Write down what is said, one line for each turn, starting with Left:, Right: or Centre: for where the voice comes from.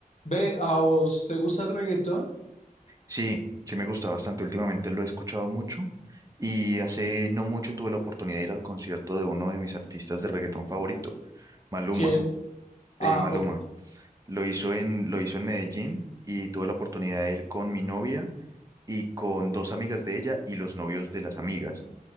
Left: Ve, ¿a vos te gusta el reggaetón?
Right: Sí, sí me gusta bastante. Últimamente lo he escuchado mucho y hace no mucho tuve la oportunidad de ir al concierto de uno de mis artistas de reggaetón favorito, Maluma.
Left: ¿Quién?
Right: eh,
Left: Ah,
Right: Maluma.
Left: ok,
Right: Lo hizo en, lo hizo en Medellín y tuve la oportunidad de ir con mi novia y con dos amigas de ella y los novios de las amigas.